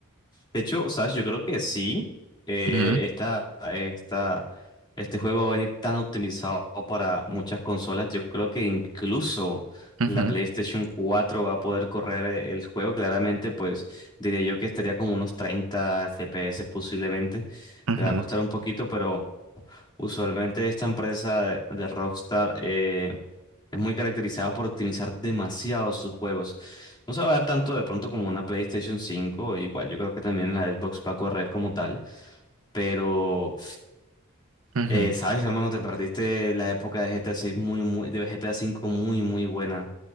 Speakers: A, on the left (about 20°); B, on the right (about 70°).
A: De hecho, sabes, yo creo que sí, eh,
B: Ujú,
A: esta, esta, este juego va a venir tan optimizado para muchas consolas, yo creo que incluso
B: ujú.
A: la PlayStation cuatro va a poder correr e- el juego, claramente, pues diría yo que estaría como unos 30 FPS posiblemente,
B: Ujú,
A: le va a costar un poquito, pero... Usualmente esta empresa de, de Rockstar eh, es muy caracterizada por optimizar demasiado sus juegos. No se va a ver tanto de pronto como una PlayStation 5, igual yo creo que también la Xbox va a correr como tal, pero
B: ujú,
A: eh, sabes, hermano, te perdiste la época de GTA 6 muy, muy, de GTA 5 muy, muy buena.